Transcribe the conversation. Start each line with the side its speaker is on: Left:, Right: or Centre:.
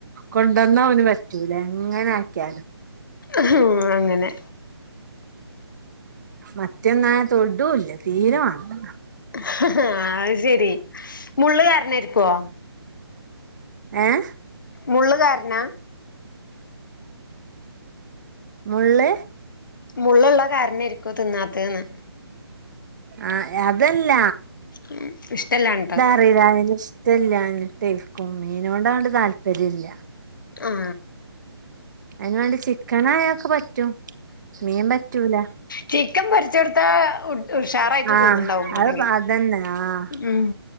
Right: കൊണ്ടുവന്ന അവന് പറ്റൂലേ എങ്ങനെ ആക്കിയാലും
Left: എ ഹും അങ്ങനെ
Right: മറ്റെന്നാ തൊടുല്യ തീരമാണ്ട
Left: അഹ് ശെരി മുള്ള് കാര്ണായിര്ക്കോ
Right: ഏഹ്
Left: മുള്ള് കാരണാ
Right: മുള്ള്
Left: മുള്ള്ള്ള കാര്ണായര്ക്കും തിന്നാതെന്ന്
Right: ആഹ് അതല്ല
Left: ഉം ഇഷ്ട്ടലായിട്ട്
Right: വെല്ലാതെ ഇഷ്ട്ടാലാനിട്ടേക്കും മീനോട് അങ്ങട്ട് താല്പര്യം ഇല്ല
Left: ആം
Right: അയിന് വേണ്ടി ചിക്കനയാക്ക് പറ്റും മീമ്പറ്റൂല
Left: ചിക്കൻ പൊരിച്ചൊടുത്താ ഉ ഉഷാറായിട്ട്
Right: ആഹ്
Left: തിന്ന്ണ്ടാവും മാണെങ്കിൽ
Right: അത് അതന്നെ ആഹ്
Left: ഉം